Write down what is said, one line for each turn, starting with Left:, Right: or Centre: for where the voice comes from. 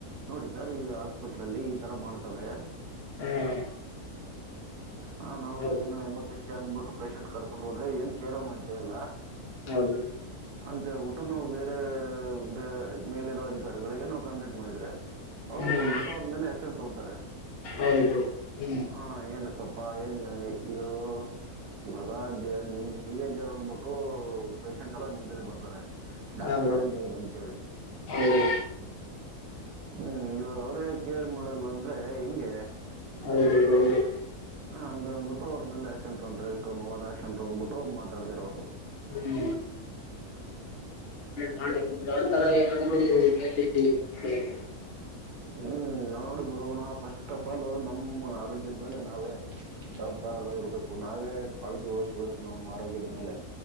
Right: ನೋಡಿ ಸರ್ ಈ ಹಾಸ್ಪಿಟ್ಲಲ್ಲಿ ಈ ತರ ಮಾಡ್ತವ್ರೆ.
Left: ಹ್ಮ್
Right: ಹಾ ನಾವು
Left: ಹೌದು
Right: ಏನು ಎಮರ್ಜೆನ್ಸಿ ಅಂದ್ಬಿಟ್ಟು ಪೇಷಂಟ್ ಕರ್ಕೊಂಡ್ ಹೋದ್ರೆ ಏನ್ ಕೇರು ಮಾಡ್ತಯಿಲ್ಲ
Left: <unintelligible>
Right: ಅಂತೇಳ್ಬುಟ್ಟು ನಾವು ಹೆ ಬೇ ಮೇಲಿರೋ ಅಧಿಕಾರಿಗಳಿಗೆ ನಾವು ಕಂಪ್ಲೀನ್ಟ್ ಮಾಡಿದ್ರೆ ಅವ್ರ್
Left: ಹ್ಮ್
Right: ಬಂದ್ಬಿಟ್ಟು ಅವ್ರ್ ಮೇಲೆ ಅಕ್ಷನ್ ತಗೊತಾರೆ
Left: ಹೌದು ಬ್ರೋ ಹ್ಮ್
Right: ಹ ಏನಕ್ ಕಪ್ಪಾ ಏನ್ ಇದೂ. ಇವಾಗ ದೇ ನಿಮ್ ನೀವೇ ದೇವ್ರ್ ಅಂದ್ಬುಟ್ಟು ಪೇಷಂಟ್ ಎಲ್ಲ ನಿಮ್ ಬೆಲೆ ಬರ್ತಾರೆ ಡಾಕ್ಟ್ರೇ
Left: ಹಾ ಬ್ರೋ
Right: ದೇವ್ರು ಅಂತೇಳಿ
Left: ಹೌದು
Right: ಹ್ಮ್ ಇವಾಗ್ ಅವ್ರೇ ಕೇರ್ ಮಾಡಲ್ಲ ಅಂದ್ರೆ ಹೆಂಗೆ?
Left: ಹೌದೌದು ಹೌದು
Right: ಹಾ ಹಂಗಂದ್ಬಿಟ್ಟು ಅವ್ರ್ ಮೇಲೆ ಆಕ್ಷನ್ ತೊಗೊಂತರೆ, ಕ್ರಮವಾದ ಆಕ್ಷನ್ ತಗೊಂಬಿಟ್ಟು ಮಾತಾಡ್ತಾರೆ ಅವ್ರು
Left: ಹ್ಮ್ <unintelligible>
Right: ಹ್ಮ್ ನೋಡು ಗುರು ನಾವು ಫಸ್ಟ್ ಆಫ್ ಆಲು ನಮ್ಮ ಆರೋಗ್ಯದ್ ಮೇಲೆ ನಾವೇ ಜವಾಬ್ದಾರರ್ ಇರ್ಬೇಕು ನಾವೇ ಕಾಳಜಿ ಒಯ್ಸ್ಬೇಕು ನಮ್ ಆರೋಗ್ಯದ ಮೇಲೆ.